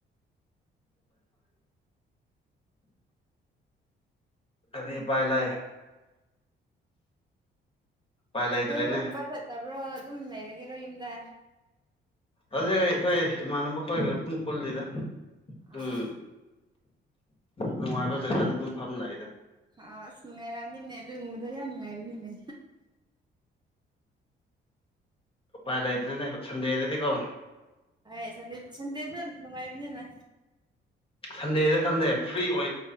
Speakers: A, on the left (about 30°); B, on the right (about 20°).
A: ꯎ ꯀꯔꯤ ꯄꯥꯏ ꯂꯩꯑ ꯎꯄꯥꯏ ꯂꯩꯇ꯭ꯔꯦꯅꯦ
B: ꯀꯣꯏꯕꯒꯨꯝꯕ ꯆꯠꯇꯕ꯭ꯔꯣ ꯑꯗꯨꯝ ꯂꯩꯔꯒꯦꯔꯣ ꯌꯨꯝꯗ
A: ꯑꯗꯨꯩ ꯑꯩꯈꯣꯏ ꯏꯃꯥꯟꯅꯕ ꯈꯣꯏꯒ ꯑꯗꯨꯝ ꯄꯨꯜꯂꯤꯗ ꯑꯗꯨꯝ
B: ꯑꯥ
A: ꯅꯨꯡꯉꯥꯏꯕ ꯖꯒꯥꯗ ꯑꯗꯨꯝ ꯐꯝ ꯂꯥꯛꯑꯦꯗ
B: ꯑ ꯑꯁ ꯅꯨꯡꯉꯥꯏꯔꯑꯅꯤꯅꯦ ꯑꯗꯨꯕꯗꯣ ꯌꯥꯝ ꯅꯨꯡꯉꯥꯏꯔꯕꯅꯤꯅꯦ
A: ꯎꯄꯥꯏ ꯂꯩꯇ꯭ꯔꯦꯅꯦ ꯁꯟꯗꯦꯗꯗꯤꯀꯣ
B: ꯍꯥꯏꯦ ꯁꯗꯦ ꯁꯟꯗꯦꯗ ꯅꯅꯨꯡꯉꯥꯏꯕꯅꯤꯅ
A: ꯁꯟꯗꯦꯗ ꯈꯪꯗꯦ ꯐ꯭ꯔꯤ ꯑꯣꯏ